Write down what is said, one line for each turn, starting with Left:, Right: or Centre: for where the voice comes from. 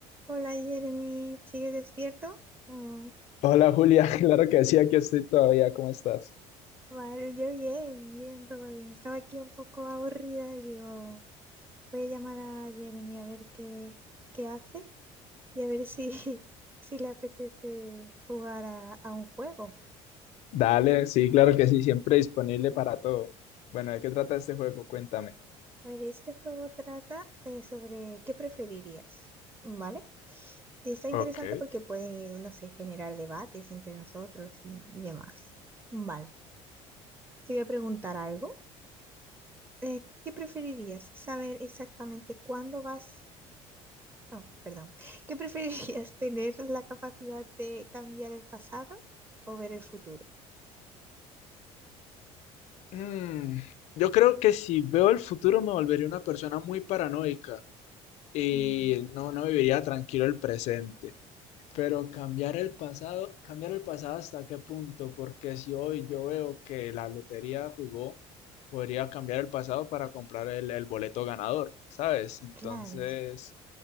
Right: Hola Jeremy, ¿sigues despierto? Oh,
Left: Hola Julia, <laughs> claro que sí, aquí estoy todavía, ¿cómo estás?
Right: vale, yo bien, bien, todo bien. Estaba aquí un poco aburrida y digo, voy a llamar a Jeremy a ver qué, qué hace y a ver si, <laughs> si le apetece jugar a, a un juego.
Left: Dale, sí, claro que sí, siempre disponible para todo. Bueno, ¿de qué trata este juego? Cuéntame.
Right: A ver, este juego trata eh, sobre qué preferirías, ¿vale? Y está
Left: Ok.
Right: interesante porque pueden, no sé, generar debates entre nosotros y, y demás. Vale, te voy a preguntar algo. Eh, ¿qué preferirías? ¿Saber exactamente cuándo vas? Oh, perdón. <laughs> ¿Qué preferirías? ¿Tener la capacidad de cambiar el pasado o ver el futuro?
Left: Mm, yo creo que si veo el futuro me volvería una persona muy paranoica y
Right: Mm,
Left: no, no viviría tranquilo el presente. Pero cambiar el pasado, cambiar el pasado hasta qué punto, porque si hoy yo veo que la lotería jugó, podría cambiar el pasado para comprar el, el boleto ganador, ¿sabes? Entonces,
Right: claro,